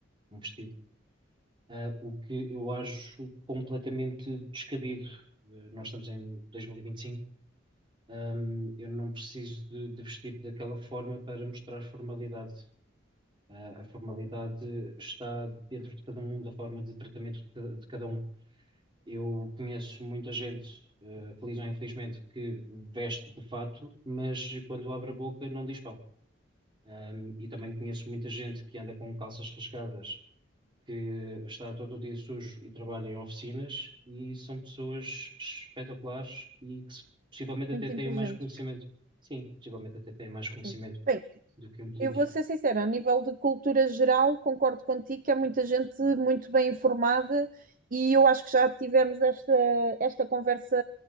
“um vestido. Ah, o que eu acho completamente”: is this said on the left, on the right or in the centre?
Right